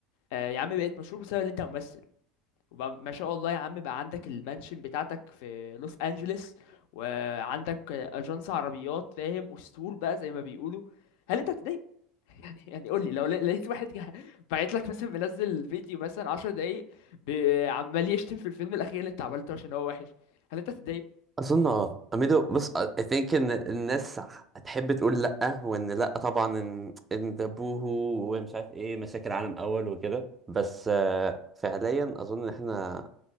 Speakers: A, on the left (about 75°); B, on the right (about 20°).
A: آه يا عم بقيت مشهور بسبب إن أنت ممثل وبقى ما شاء الله يا عم بقى عندك المانشن بتاعتك في لوس انجلوس وعندك اجنس عربيات فاهم اسطول بقى زي ما بيقولوا هل انت هتضايق <laughs> يعني يعني قول لي لو لا- لقيت واحد جه- <laughs> بعت لك مثلا منزل فيديو مثلا 10 دقايق ب- عمال يشتم في الفيلم الاخير اللي انت عملته عشان هو وحش هل انت هتضايق
B: اظن اه اميدو بص I think ان الناس هتحب تقول لا وان لا طبعا ان ان ده بوهو ومش عارف ايه مشاكل عالم اول وكده بس آه، فعليا اظن ان احنا